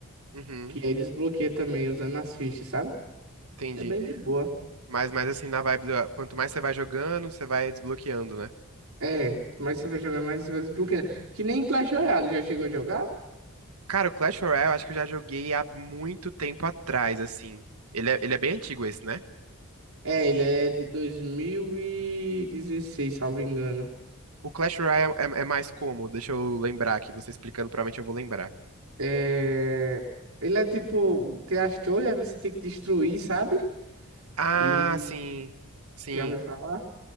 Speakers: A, on the right; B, on the right.
A: Uhum.
B: Que aí desbloqueia também usando as fichas, sabe?
A: Entendi.
B: É bem de boa.
A: Mas, mas assim, na vibe do, quanto mais você vai jogando, você vai desbloqueando, né?
B: É, quanto mais você vai jogar, mais você vai desbloqueando. Que nem Clash Royale, já chegou a jogar?
A: Cara, o Clash Royale eu acho que eu já joguei há muito tempo atrás, assim. Ele é, ele é bem antigo esse, né?
B: É, ele é de 2016, salvo engano.
A: O Clash Royale é, é mais como? Deixa eu lembrar aqui, você explicando, provavelmente eu vou lembrar.
B: É... Ele é tipo, tem as torres, aí você tem que destruir, sabe?
A: Ah,
B: E
A: sim. Sim.
B: já ouviu falar?